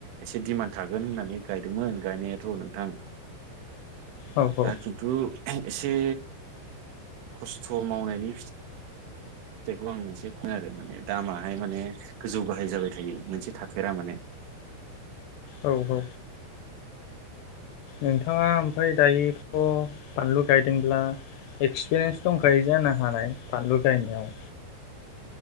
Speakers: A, on the right; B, on the left.
A: एसे दिमान्ड थागोन होननानै दोंमोन गायनायाथ' नोंथां।
B: औ
A: दा
B: औ
A: खिन्थु एसे खस्थ' मावनायनि फिथाइ जायखौ आं एसे खनो आरो माने दामाहाय माने गोजौ गाहाय जाबाय थायो मोनसे थाखेरा माने।
B: औ औ। नोंथाङा ओमफाय दायोथ' बानलु गायदोंब्ला एक्सपिरियेन्स दंखायो जानो हानाय बानलु गायनायाव।